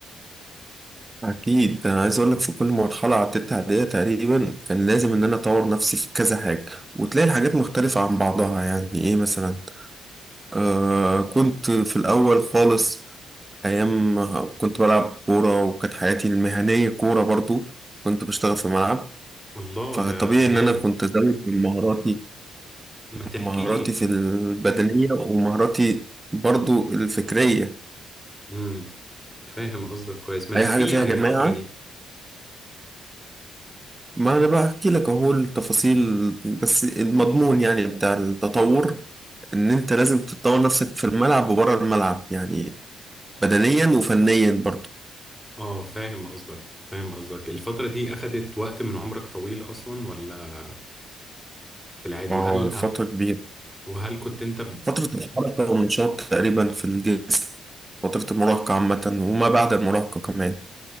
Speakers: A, on the right; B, in the centre.
A: أكيد أنا عايز أقول لك في كل مرحلة عديت عليها تقريبا كان لازم إن أنا أطور نفسي في كذا حاجة وتلاقي الحاجات مختلفة عن بعضها يعني إيه مثلا آه كنت في الأول خالص أيام كنت بلعب كورة وكانت حياتي المهنية كورة برضو كنت بشتغل في ملعب
B: الله
A: فطبيعي
B: ده ده
A: إن
B: جامد
A: أنا كنت زود من مهاراتي
B: ما تحكي
A: مهاراتي
B: لي
A: في البدنية ومهاراتي برضو الفكرية
B: امم فاهم قصدك كويس ما تحكي
A: أي حاجة
B: لي
A: فيها
B: عن
A: جماعة
B: الفترة دي
A: ما أنا بقى أحكي لك أهو التفاصيل بس المضمون يعني بتاع التطور إن أنت لازم تطور نفسك في الملعب وبره الملعب يعني بدنيا وفنيا برضو
B: اه فاهم قصدك فاهم قصدك الفترة دي أخدت وقت من عمرك طويل أصلا ولا في العادي
A: اه
B: وهل
A: فترة كبيرة
B: وهل كنت أنت
A: فترة الحركة والنشاط تقريبا في الجسم فترة المراهقة عامة وما بعد المراهقة كمان